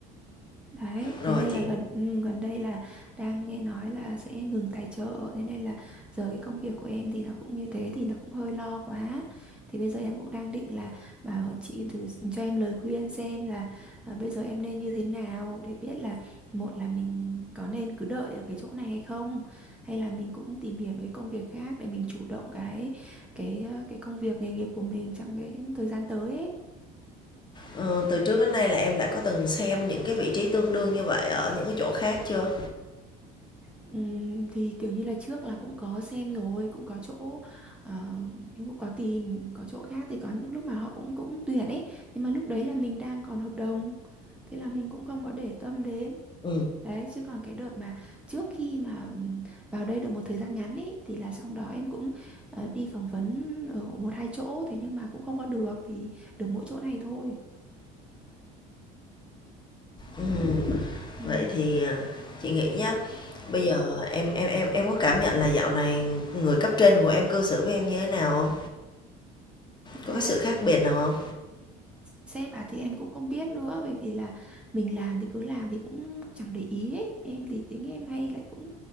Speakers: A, in the centre; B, on the left.
A: Đấy,
B: rồi
A: thế nên là
B: chị
A: gần ừ, gần đây là đang nghe nói là sẽ ngừng tài trợ, thế nên là giờ cái công việc của em thì nó cũng như thế thì nó cũng hơi lo quá. Thì bây giờ em cũng đang định là bảo chị thử cho em lời khuyên xem là à, bây giờ em nên như thế nào để biết là một là mình có nên cứ đợi ở cái chỗ này hay không, hay là mình cũng tìm hiểu cái công việc khác để mình chủ động cái cái ờ, cái công việc nghề nghiệp của mình trong cái thời gian tới ấy.
B: Ờ, từ trước đến nay là em đã có từng xem những cái vị trí tương đương như vậy ở những cái chỗ khác chưa?
A: Ừm, thì kiểu như là trước là cũng có xem rồi cũng có chỗ ờ, cũng có tìm có chỗ khác thì có những lúc mà họ cũng cũng tuyển ấy nhưng mà lúc đấy là mình đang còn hợp đồng thế là mình cũng không có để tâm đến
B: Ừm,
A: đấy chứ còn cái đợt mà trước khi mà vào đây được một thời gian ngắn ấy thì là xong đó em cũng ờ, đi phỏng vấn ở một hai chỗ thế nhưng mà cũng không có được thì được mỗi chỗ này thôi
B: ừm,
A: Ừm.
B: vậy thì, à, chị nghĩ nhá, bây giờ em em em em có cảm nhận là dạo này người cấp trên của em cư xử với em như thế nào không
A: thực
B: Có
A: ra
B: cái sự khác biệt nào không
A: Sếp à thì em cũng không biết nữa bởi vì là mình làm thì cứ làm thì cũng chẳng để ý ấy. Em thì tính em hay lại cũng